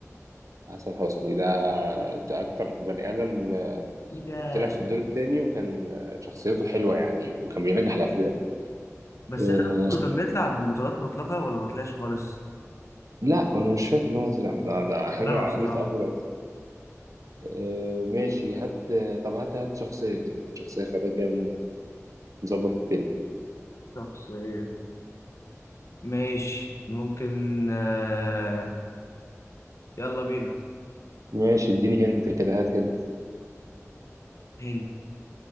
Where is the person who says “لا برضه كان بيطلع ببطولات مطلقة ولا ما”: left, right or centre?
Left